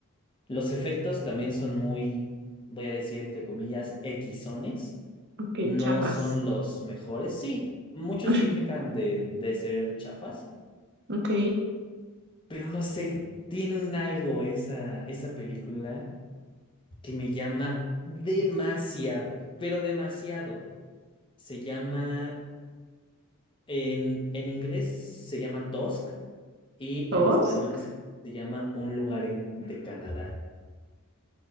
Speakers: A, on the left; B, on the right.
A: Los efectos también son muy, voy a decir entre comillas, equisones.
B: ok,
A: No
B: Chiapas.
A: son los mejores. Sí, muchos
B: <laughs>
A: sí pecan de, de ser chafas.
B: Ok,
A: Pero no sé, tiene un algo esa, esa película que me llama demasiado, pero demasiado. Se llama, en, en inglés se llama Tusk y
B: Tusk,
A: en español se llama Un lugar en- de Canadá.